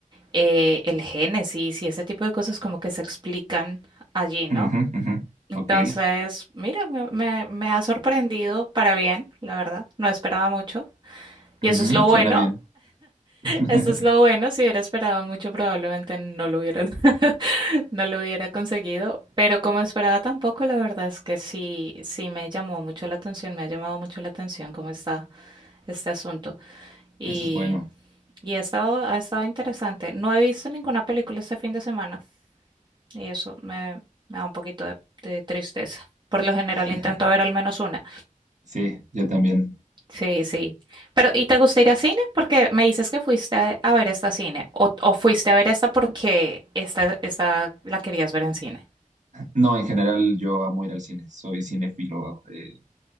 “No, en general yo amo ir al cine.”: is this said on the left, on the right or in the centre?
Right